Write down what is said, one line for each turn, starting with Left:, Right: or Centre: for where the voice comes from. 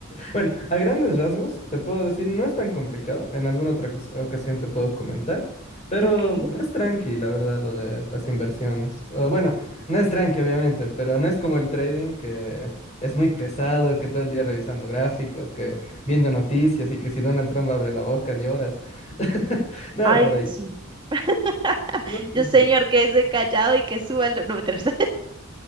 Left: Bueno, a grandes rasgos, te puedo decir, no es tan complicado. En alguna otra ocas- ocasión te puedo comentar, pero
Right: Okay.
Left: es tranqui, la verdad, lo de las inversiones. O, bueno, no es tranqui, obviamente, pero no es como el trading que es muy pesado, que todo el día revisando gráficos, que viendo noticias y que si Donald Trump abre la boca lloras. <laughs> Nada
Right: Ay,
Left: por ahí.
Right: sí. <laughs>
Left: Es más tranquilo.
Right: Yo, señor, quédese callado y que suba el... do- No, mentiras. <laughs>